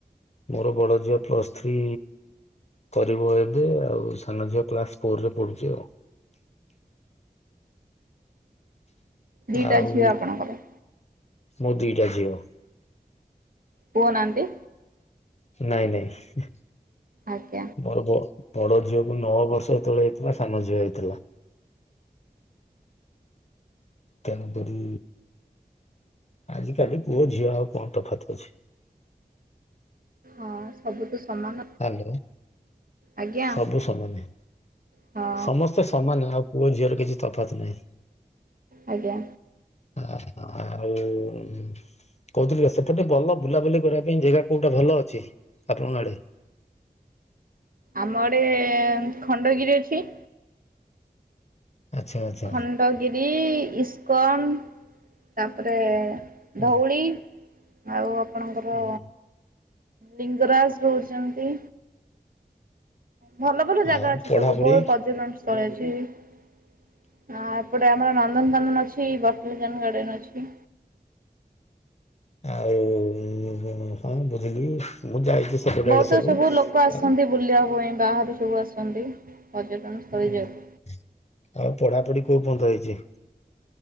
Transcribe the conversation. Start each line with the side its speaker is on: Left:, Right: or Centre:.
Left: ମୋର ବଡ ଝିଅ ପ୍ଲସ୍ ଥ୍ରୀ କରିବ ଏବେ, ଆଉ ସାନ ଝିଅ କ୍ଲାସ ଫୋରରେ ପଢୁଛି ଆଉ।
Right: ଦିଟା
Left: ଆଉ
Right: ଝିଅ ଆପଣଙ୍କର?
Left: ମୋ ଦିଟା ଝିଅ।
Right: ପୁଅ ନାହାନ୍ତି?
Left: ନାଇଁ ନାଇଁ
Right: ଆଜ୍ଞା
Left: ଗର୍ବ। ବଡ ଝିଅକୁ ନଅ ବର୍ଷ ଯେତେବେଳେ ହେଇଥିଲା ସାନ ଝିଅ ହେଇଥିଲା। ତେଣୁ କରି ଆଜି କାଲି ପୁଅ ଝିଅ ଆଉ କଣ ତଫାତ ଅଛି?
Right: ହଁ ସବୁ ତ ସମାନ
Left: ହାଲୋ
Right: ଆଜ୍ଞା
Left: ସବୁ ସମାନ
Right: ହଁ
Left: ସମସ୍ତେ ସମାନ ଆଉ ପୁଅ ଝିଅର କିଛି ତଫାତ୍ ନାହିଁ।
Right: ଆଜ୍ଞା।
Left: ହ ଆଉ କହୁଥିଲ ସେପଟେ ଭଲ ବୁଲାବୁଲି କରିବା ପାଇଁ ଜାଗା କୋଉଟା ଭଲ ଅଛି ଆପଣଙ୍କ ଆଡେ?
Right: ଆମ ଆଡେ ଖଣ୍ଡଗିରି ଅଛି।
Left: ଆଚ୍ଛା ଆଚ୍ଛା
Right: ଖଣ୍ଡଗିରି ଇସ୍କନ ତାପରେ
Left: ହଁ,
Right: ଧଉଳି ଆଉ ଆପଣଙ୍କର
Left: ହୁଁ
Right: ଲିଙ୍ଗରାଜ ରହୁଛନ୍ତି ଭଲ ଭଲ ଜାଗା
Left: ଆଉ
Right: ଅଛି
Left: ପଢାପଢି
Right: ସବୁ ବହୁତ ପର୍ଯ୍ୟଟନ ସ୍ଥଳୀ ଅଛି। ହଁ ଏପଡେ ଆମର ନନ୍ଦନକନ୍ଦନ ଅଛି। ସେ ବତାନିକଲ ଗାର୍ଡେନ ଅଛି।
Left: ଆଉ ଉମ୍ ହଁ ବୁଝିଲି ମୁଁ ଯାଇଛି ସେପଟେ
Right: ବହୁତ
Left: ଆଡେ
Right: ସବୁ ଲୋକ ଆସନ୍ତି
Left: ଆଉ
Right: ବୁଲିବା ପାଇଁ ବାହାରୁ ସବୁ ଆସନ୍ତି। ପର୍ଯ୍ୟଟନ ସ୍ଥଳୀ
Left: ଆଉ
Right: ଯେହେତୁ
Left: ପଢାପଢି କୋଉ ପନ୍ତ ହେଇଛି?